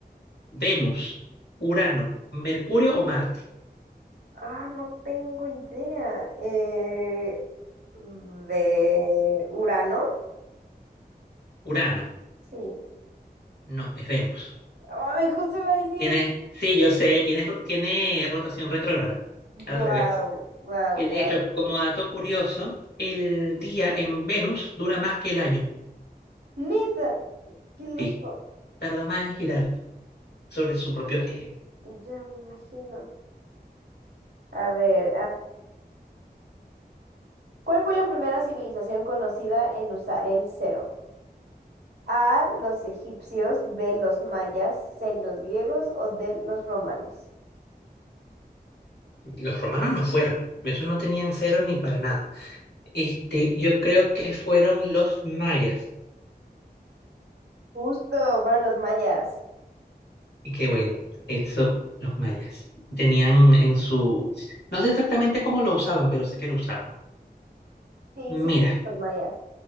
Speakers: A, on the left; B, on the right.
A: Venus, Urano, Mercurio o Marte.
B: Ah, no tengo idea. Eh, ¿de Urano?
A: Urano,
B: Sí.
A: no, es Venus.
B: Ay, justo iba a decir
A: Tiene,
B: Venus.
A: sí, yo sé, tiene, ro- tiene rotación retrógrada, al
B: Guau,
A: revés.
B: guau,
A: Y de
B: guau.
A: hecho, como dato curioso, el día en Venus dura más que el año.
B: Neta, qué loco.
A: Sí, tarda más en girar sobre su propio eje.
B: Ya me imagino. A ver, ¿Cuál fue la primera civilización conocida en usar el cero? A, los egipcios, B, los mayas, C, los griegos o D, los romanos.
A: Los romanos no fueron, esos no tenían cero ni para nada. Este, yo creo que fueron los mayas.
B: Justo, fueron los mayas.
A: Y que bueno, eso los mayas tenían en su... No sé exactamente cómo lo usaban, pero sé que lo usaban.
B: Sí, sí,
A: Mira,
B: fueron los mayas.